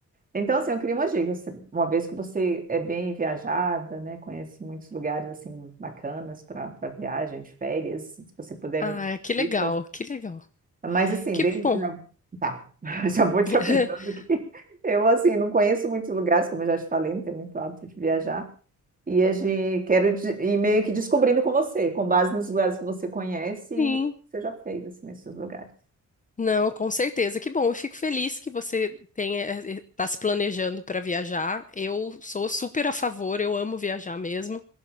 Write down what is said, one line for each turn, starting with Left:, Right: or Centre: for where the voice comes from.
Right: Então, assim, eu queria umas dicas. Uma vez que você é bem viajada, né, conhece muitos lugares assim bacanas para para viagem, de férias, se você puder
Left: Ah,
Right: me dar
Left: que legal,
Right: dicas.
Left: que legal.
Right: Mas assim,
Left: Que
Right: desde...
Left: bom.
Right: já- tá, <laughs> já vou te
Left: <laughs>
Right: avisando que eu assim não conheço muitos lugares, como eu já te falei, não tenho muito hábito de viajar. E a gente quero de- ir meio que descobrindo com você, com base nos lugares que você conhece e
Left: Sim.
Right: você já fez assim nesses lugares.
Left: Não, com certeza. Que bom. Eu fico feliz que você tenha, está se planejando para viajar. Eu sou super a favor, eu amo viajar mesmo.